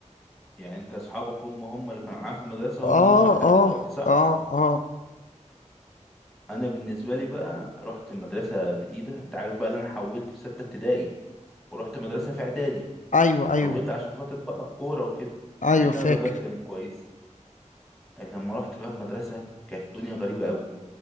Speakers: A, in the centre; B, on the left.
A: يعني انت اصحابك هم هم اللي كانوا معاك في المدرسه هم
B: اه
A: هم لحد
B: اه
A: دلوقتي صح
B: اه اه
A: انا بالنسبه لي بقى رحت مدرسه جديده انت عارف بقى اللي انا حولت في سته ابتدائي ورحت مدرسه في اعدادي
B: ايوه ايوه
A: حولت عشان خاطر بقى الكوره وكده
B: ايوه
A: مع ان انا
B: فاكر
A: درجاتي كانت كويس لما رحت بقى المدرسه كانت الدنيا غريبه قوي